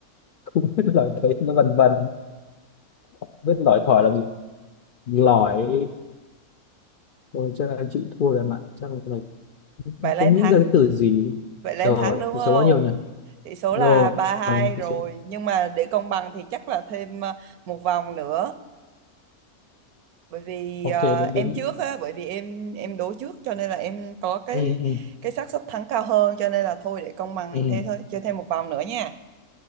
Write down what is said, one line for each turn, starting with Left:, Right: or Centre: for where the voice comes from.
Left: không biết lỏi thấy nó vần vần biết lỏi thỏi là gì lỏi Ôi, chắc là anh chịu thua rồi mà chắc là cái này
Right: Vậy là
Left: không
Right: em
Left: nghĩ
Right: thắng.
Left: ra cái từ gì
Right: Vậy là
Left: rồi
Right: em thắng đúng
Left: thì
Right: không?
Left: số bao nhiêu nhỉ
Right: Tỷ số
Left: rồi
Right: là ba hai
Left: thì
Right: rồi.
Left: số
Right: Nhưng mà để công bằng thì chắc là thêm ờ, một vòng nữa. Bởi vì
Left: ok
Right: ờ,
Left: đến đến
Right: em trước á, bởi vì em em đố trước cho nên là em có cái
Left: ừ, ừ,
Right: cái xác suất thắng cao hơn cho nên là thôi để công bằng
Left: ừ.
Right: thì thế thôi, chơi thêm một vòng nữa nha.